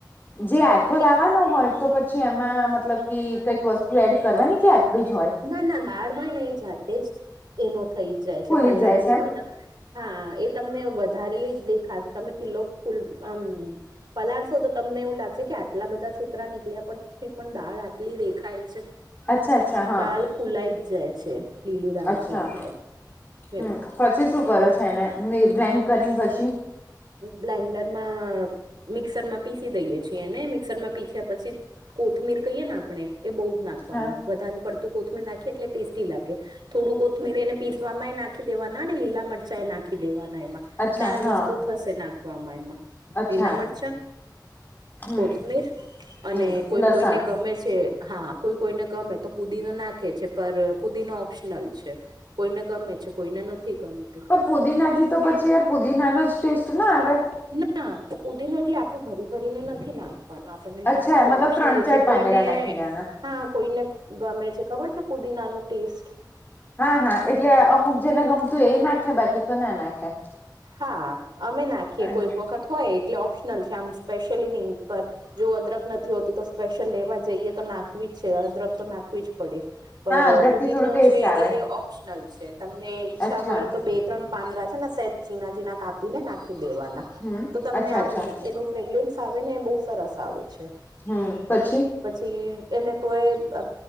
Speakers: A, on the left (about 25°); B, on the right (about 85°).
A: જે આથો
B: એ
A: લાવાનો હોય તો પછી એમાં મતલબ કે કઈક વસ્તુ એડ કરવાની છે આટલું જ હોય.
B: ના ના બાળ હોય ને એ જાતે જ એનો થઈ જ જાય
A: ફૂલી
B: છે પલાળેલું
A: જાય છે એમ
B: હોય ન હા એ તમને વધારેલીજ દેખાશે તમે કિલ્લો ફૂલ આમ પલાળશો તો તમને એવું લાગશે કે આટલા બધા છોતરા નીકળ્યા પણ તો પણ દાળ આટલી દેખાય છે.
A: અચ્છા અચ્છા હા
B: દાળ ફૂલાઈ જ જાય છે લીલી દાળ
A: અચ્છા
B: છે એટલે
A: હમ્મ.
B: એવું
A: પછી શું કરો છો એને ને બ્લેન્ડ કરીન પછી
B: ગ્લાઇન્ડર માં મિક્સર માં પીસી દઈએ છીએ એને મિક્સર માં પીછા પછી કોથમીર કહીયએ ને આપણે એ બઉ નાખવાનું
A: હા
B: વધારે પડતું કોથમીર નાંખીએ એટલે ટેસ્ટી લાગે. થોડું કોથમીર એને પિસવામાં એ નાખી દેવાના ને લીલા મરચા એ નાખી દેવાના એમાં
A: અચ્છા
B: ચાર
A: હા
B: વસ્તુ થશે નાખવામાં એમાં
A: અચ્છા
B: લીલા મરચા
A: હમ
B: કોથમીર અને
A: હમ
B: કોઈ
A: લસણ
B: કોઈને ગમે છે. હા કોઈ કોઈને ગમે તો પુદીનો નાખે છે પર પુદીનો ઓપ્શનલ છે. કોઈને ગમે છે કોઈને નથી ગમતું.
A: પુદીના થી તો પછી યાર પુદીના નોજ ટેસ્ટ ના આવે.
B: ના પૂદી નો એટલે આટલું ભરી ભરીને નથી નાખવાનું પણ મેં
A: અચ્છા
B: નતુ કીધું
A: મતલબ
B: ઓપ્શનલ
A: ત્રણ ચાર
B: છે કોઈને
A: પાંદડા નાખી દેવાના
B: હા કોઈને ગમે છે ખબર છે ફૂદીના નો ટેસ્ટ
A: હા હા એટલે અમુક જેને ગમતું એ નાખે બાકી તો ના નાખે
B: હા અમે નાખીએ
A: હા
B: કોઈક વખત હોય એટલે ઓપ્શનલ છે આમ સ્પેશ્યલ નિ નઈ પર જો અદરક નથી હોતી તો સ્પેશિયલ લેવા જઈએ તો નાખવી જ છે અદરક તો નાખ નાખવી જ પડે પર
A: અદરક
B: ફુદીનો
A: થી થોડું ટેસ્ટ
B: છે
A: આવે
B: એ ઓપ્શનલ છે તમને ઈચ્છા
A: અચ્છા
B: હોય તો બે ત્રણ પાંદડા છે ને સેજ જીણા જીણા કાપીને નાખી દેવાના
A: હમ
B: તો તમને
A: અચ્છા
B: આમ
A: અચ્છા
B: એનું ફ્રેગન્સ આવે ને એ બહુ સરસ આવે છે.
A: હમ્મ પછી
B: પછી એને તો એ અ